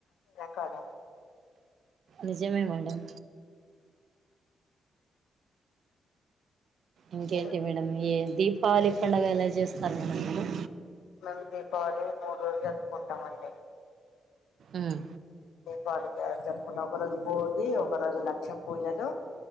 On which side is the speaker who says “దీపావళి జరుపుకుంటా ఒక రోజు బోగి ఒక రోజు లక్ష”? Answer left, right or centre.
Left